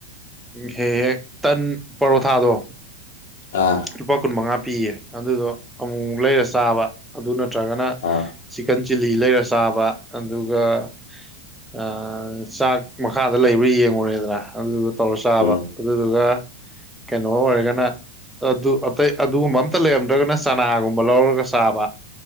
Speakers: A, in the centre; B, on the left (about 75°).
A: ꯍꯦꯛ ꯍꯦꯛ ꯇꯟ ꯄꯔꯣꯊꯥꯗꯣ
B: ꯑꯥ
A: ꯂꯨꯄꯥ ꯀꯨꯟ ꯃꯉꯥ ꯄꯤꯌꯦ ꯑꯗꯨꯗꯣ ꯑꯃꯨꯛꯛ ꯂꯩꯔ ꯆꯥꯕ ꯑꯗꯨ ꯅꯠꯇ꯭ꯔꯒꯅ
B: ꯑꯥ
A: ꯆꯤꯛꯀꯟ ꯆꯤꯂꯤ ꯂꯩꯔ ꯆꯥꯕ ꯑꯗꯨꯒ ꯆꯥꯛ ꯃꯈꯥꯗ ꯂꯩꯕ꯭ꯔꯥ ꯌꯦꯡꯉꯨꯔꯦꯗ꯭ꯔ ꯑꯗꯨ ꯇꯧꯔ ꯆꯥꯕ
B: ꯎꯝ
A: ꯑꯗꯨꯗꯨꯒ ꯀꯩꯅꯣ ꯑꯣꯏꯔꯒꯅ ꯑꯗꯨ ꯑꯇꯩ ꯑꯗꯨꯒꯨꯝꯕ ꯑꯝꯇ ꯂꯩꯔꯝꯗ꯭ꯔꯒꯅ ꯆꯅꯥꯒꯨꯝꯕ ꯂꯧꯔꯒ ꯆꯥꯕ